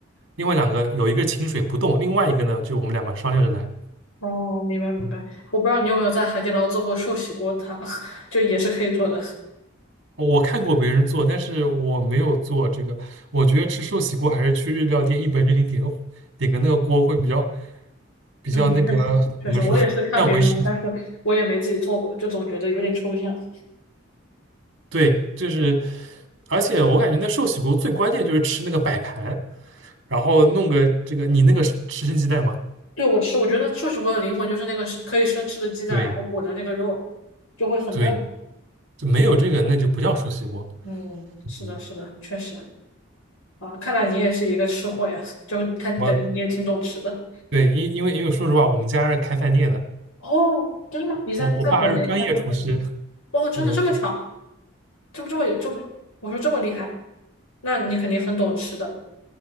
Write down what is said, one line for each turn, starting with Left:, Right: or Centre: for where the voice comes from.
Right: 另外两个有一个清水不动，另外一个呢就我们两个商量着来。
Left: 哦，明白明白。
Right: 嗯，
Left: 我不知道你有没有在海底捞做过寿喜锅汤，<laughs> 就也是可以做的。
Right: 我看过别人做，但是我没有做这个，我觉得吃寿喜锅还是去日料店一本正经点个点个那个锅会比较比较那个怎么说，
Left: 嗯，确实确实，我也是看别人，
Right: <laughs> 干回事。
Left: 但是我也没自己做过，就总觉得有点抽象。
Right: 对，就是，而且我感觉那寿喜锅最关键就是吃那个摆盘，然后弄个这个，你那个是吃生鸡蛋吗？
Left: 对，我吃，我觉得寿喜锅的灵魂就是那个是可以生吃的鸡蛋，
Right: 对，
Left: 然后裹着那个肉，就会很嫩很嫩。
Right: 对，就没有这个那就不叫寿喜锅。
Left: 嗯，是的，
Right: 嗯，
Left: 是的，确实。啊，看来你也是一个吃货呀，就看感觉你也挺懂吃的。
Right: 我对，因因为因为说实话，我们家是开饭店的，
Left: 哦，真的吗？你在在国内开饭店吗？
Right: 我我我爸是专业厨师，
Left: 哦，真的这么巧，
Right: 嗯，
Left: 这么这么有这么，我说这么厉害，那你肯定很懂吃的。